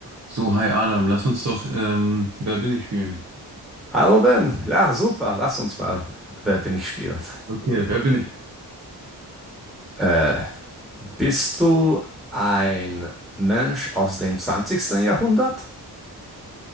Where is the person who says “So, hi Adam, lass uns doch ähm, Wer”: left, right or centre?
Right